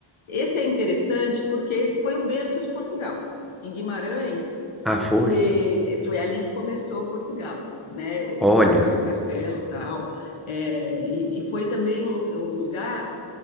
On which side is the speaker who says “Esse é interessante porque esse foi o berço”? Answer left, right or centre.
Left